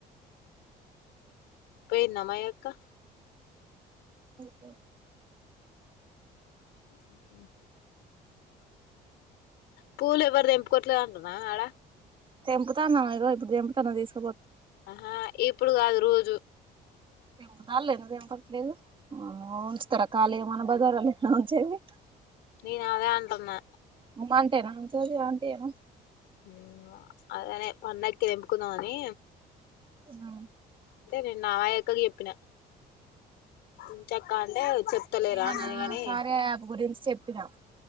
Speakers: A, on the left; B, on the right.
A: పోయింద మా అక్క
B: ఓ
A: ఆ పూలు ఎవర్వు తెంపుకొట్లే అంటునా ఆడ
B: తెంపుతన్నా ఇగో ఇప్పుడు తెంపుతన తీస్
A: ఆహా ఇప్పుడు కాదు రోజు
B: తెంపుతార్లె ఎందుకు తెంపట్లేదు ఉంచుతారా అక్క అళ్ళయి మన బజారలో ఇంటిన ఉంచేది
A: నేను అదే అంటున్నా
B: ఉమంటేనా సజీ అ ఆంటి ఏన
A: హు అదనే పండక్కి తెంపుకుందామాని
B: ఆ
A: నిన్న ఆ అక్కకి చెప్పిన ఉంచక్క అంటే చెప్తలేరా
B: ఇంగో
A: అన్నది
B: నేను
A: కాని
B: కర్యా ఏప్ గురించి చెప్పినా